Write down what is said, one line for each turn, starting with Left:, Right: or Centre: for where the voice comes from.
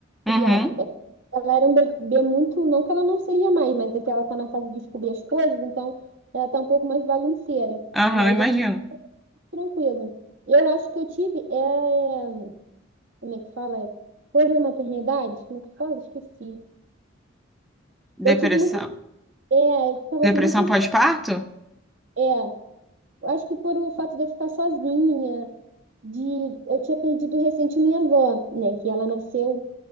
Right: Criar.
Centre: Uhum,
Right: Ela era um bebê muito. Não que ela não seja mais, mas é que ela tá na fase de descobrir as coisas, então ela tá um pouco mais bagunceira.
Centre: aham,
Right: Mas
Centre: imagino.
Right: ela é tranquila. Eu acho que eu tive. É, como é que fala? Coisa da maternidade? Como é que fala? Esqueci.
Centre: Depressão.
Right: Eu tive muita É, eu ficava
Centre: Depressão
Right: com muita ansiedade.
Centre: pós-parto?
Right: É, eu acho que por o fato de eu ficar sozinha, de eu tinha perdido recente minha avó, né? Que ela nasceu,